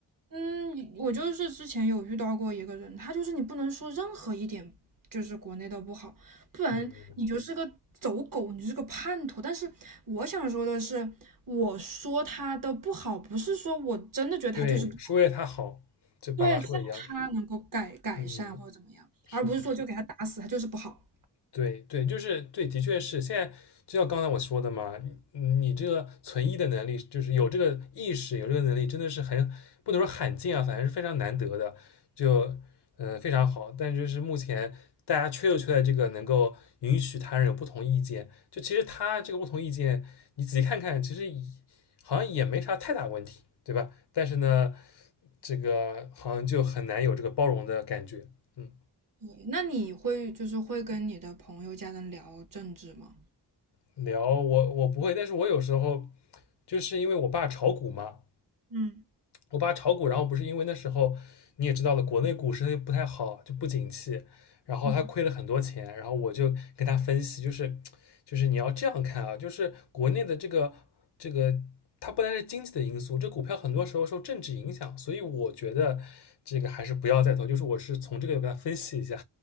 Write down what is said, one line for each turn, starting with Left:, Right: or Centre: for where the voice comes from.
Right: 嗯，我就是之前有遇到过一个人，他就是你不能说任何一点就是国内的不好，不然你就是个走狗，
Left: 嗯，
Right: 你就是个叛徒。但是我想说的是，我说他的不好，不是说我真的觉得他就是不好，
Left: 对，说为他好，就爸妈说的一样。
Right: 对，让他能够改改善或者怎么样，
Left: 嗯，是的，
Right: 而不是说就给他打死，他就是不好。
Left: 对对，就是对，的确是现在，就像刚才我说的嘛，你你这个存疑的能力，就是有这个意识，有这个能力，真的是很不能说罕见啊，反正是非常难得的，就呃非常好。但就是目前大家缺就缺在这个能够允许他人有不同意见，就其实他这个不同意见，你仔细看看，其实也好像也没啥太大问题，对吧？但是呢，这个好像就很难有这个包容的感觉，嗯。
Right: 对，那你会就是会跟你的朋友、家人聊政治吗？
Left: 聊我我不会，但是我有时候就是因为我爸炒股嘛，
Right: 嗯
Left: 我爸炒股，然后不是因为那时候你也知道了，国内股市它就不太好，就不景气，然后他亏了很多钱，
Right: 嗯，
Left: 然后我就跟他分析，就是就是你要这样看啊，就是国内的这个这个。它不单是经济的因素，这股票很多时候受政治影响，所以我觉得这个还是不要再投。就是我是从这个给他分析一下，